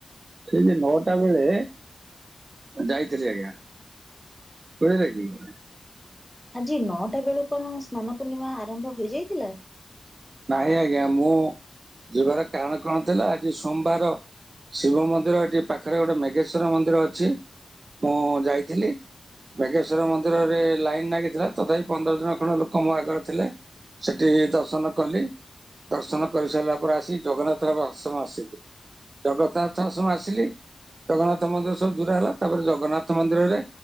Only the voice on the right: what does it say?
ଠିକି ନଅଟା ବେଳେ ଯାଇଥିଲି ଆଜ୍ଞା ବୁଝିଲେ କି?
ନାଇଁ ଆଜ୍ଞା ମୁଁ ଯିବାର କାରଣ କଣ ଥିଲା ଆଜି ସୋମବାର। ଶିବ ମନ୍ଦିର ଏଠି ପାଖରେ ଗୋଟେ ମେଘେଶ୍ଵର ମନ୍ଦିର ଅଛି ମୁଁ ଯାଇଥିଲି। ବେଗେଶ୍ଵର ମନ୍ଦିରରେ ଲାଇନ ଲାଗିଥିଲା ତଥାପି ପନ୍ଦର ଜଣ ଖଣ୍ଡ ଲୋକ ମୋ ଆଗରେ ଥିଲେ। ସେଠି ଦର୍ଶନ କଲି ଦର୍ଶନ କରିସାରିଲା ପରେ ଆସି ଜଗନ୍ନାଥର ଆଶ୍ରମ ଆସିଲି। ଜଗନ୍ନାଥ ଆଶ୍ରମ ଆସିଲି। ଜଗନ୍ନାଥ ମନ୍ଦିର ସବୁ ପୁରା ହେଲା ତାପରେ ଜଗନ୍ନାଥ ମନ୍ଦିରରେ